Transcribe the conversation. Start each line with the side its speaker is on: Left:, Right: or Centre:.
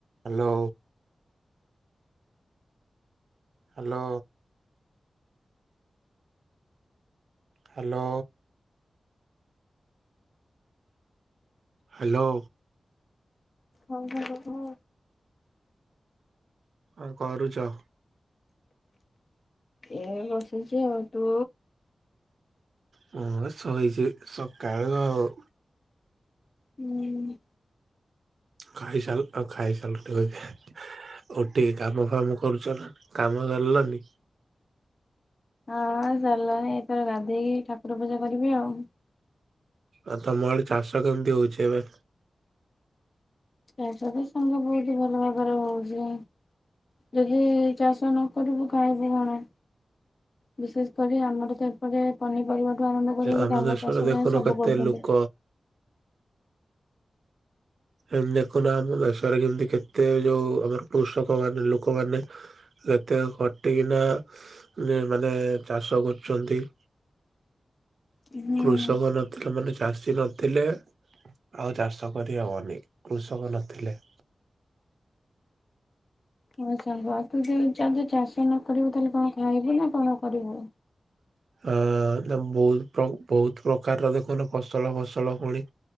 Right: Hello. Hello. Hello. Hello.
Left: ହଉ ସାଙ୍ଗ କହ?
Right: କଣ କରୁଛ?
Left: ଏ ବସିଛି ଆଉ ତୁ?
Right: ହଁ ଶୋଇଛି ସକାଳୁ ଆଉ
Left: ହୁଁ।
Right: ଖାଇ ସାଇଲ ଖାଇ ସାଇଲ ଟି କହୁଛି ଉଠିକି କାମ ଫାମ କରୁଛ ନା କାମ ସାରିଲନି?
Left: ହଁ-ଅ-ଅ ସରିଲାଣି ଏଇଥର ଗାଧେଇକି ଠାକୁର ପୂଜା କରିବି ଆଉ।
Right: ଆଉ ତମ ଆଡ଼େ ଚାଷ କେମିତି ହଉଛି ଏବେ?
Left: ଚାଷ ତ ସାଙ୍ଗ ବହୁତ ଭଲ ଭାବରେ ହଉଛି। ଯଦି-ଇ-ଇ-ଇ ଚାଷ ନ କରିବୁ ଖାଇବୁ କଣ? ବିଶେଷ କରି ଆମର ତ ଏପଟେ ପନିପରିବାର ଠୁ ଆରମ୍ଭ କରିକି
Right: ଆମ
Left: ଧାନ
Right: ଦେଶରେ
Left: ଚାଷ
Right: ଦେଖୁନ
Left: ଯାଏ ସବୁ
Right: କେତେ
Left: କରୁଛନ୍ତି।
Right: ଲୋକ ଏମତି ଦେଖୁନା ଆମ ଦେଶରେ କେମତି କେତେ ଯୋଉ ଆମର କୃଷକ ମାନେ ଲୋକମାନେ ଯେତେ ଖଟିକିନା ଆ ମାନେ ଚାଷ କରୁଛନ୍ତି।
Left: ହୁଁ।
Right: କୃଷକ ନଥିଲେ ମାନେ ଚାଷୀ ନଥିଲେ ଆଉ ଚାଷ କରି ହବନି କୃଷକ ନଥିଲେ।
Left: ହଁ ସାଙ୍ଗ ଆଉ ତୁ ଯ ଯଦି ଚାଷ ନ କରିବୁ ତାହେଲେ କଣ ଖାଇବୁ ନା କଣ କରିବୁ?
Right: ଅ ବହୁତ ବହୁତ ପ୍ରକାରର ଦେଖୁନ ଫସଲ ଫସଲ ପୁଣି